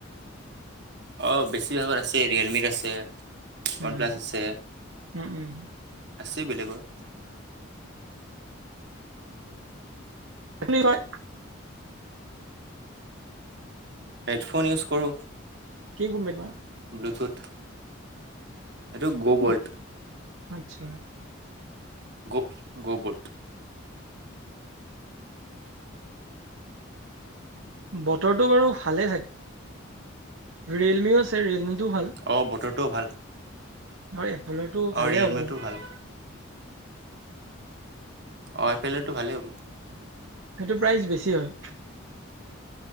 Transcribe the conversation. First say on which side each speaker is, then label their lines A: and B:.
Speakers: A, on the right; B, on the right.
A: অ বেছিভাগত আছে ৰিয়েলমিত আছে
B: উম
A: ওৱান প্লাছ আছে
B: উম উম-
A: আছে বেলেগৰ, -
B: কি বুলি কয়।
A: হেডফোন ইউজ কৰোঁ।
B: কি কোম্পানিৰ হয়।
A: ব্লুটুথ এইটো গ' বল্ট
B: বু আচ্ছা
A: গ গবুট
B: বতৰটো বাৰু ভালে হয়। ৰিয়েলমিও ৰিয়েলমিটোও ভাল
A: অ বতৰটোও ভাল- অঁ
B: আৰু এপ'লৰটো ভালে
A: ৰিয়েলমিটো
B: হ'ব
A: ভাল অ এফালেটো ভালেই হ'ব
B: সেইটো প্ৰাইচ বেছি হয়